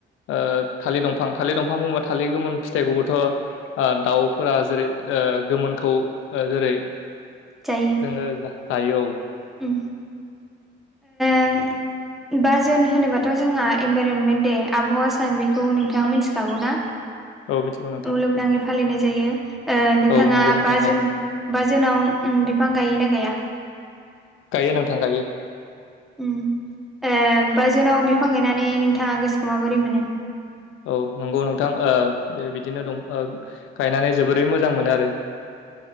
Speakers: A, on the left; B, in the centre.
A: ओ थालिर दंफां थालिर दंफां बुङोबा थालिर गोमोन फिथाइखौबोथ' ओ दाउफोरा जेरै ओ गोमोनखौ ओ जेरै
B: जायो
A: जोङो जायो औ।
B: उम आं बा जुन होनोबाथ' जोंहा इनभाइरनमेन्ट दे आबहावा सान बेखौ नोंथाङा मिथिखागौ ना?
A: औ मिथिगौ नोंथां
B: मुलुगनाङै फालिनाय जायो। ओ नोंथाङा
A: औ नंगौ नोंथां
B: बा
A: औ
B: जुन बा जुनाव बिफां गायो ना गाया
A: गायो नोंथां गायो
B: उम ओ बा जुनाव बिफां गायनानै नोंथाङा गोसोखौ माबोरै मोनो
A: औ नंगौ नोंथां बे बिदिनो दं गायनानै जोबोरै मोजां मोनो आरो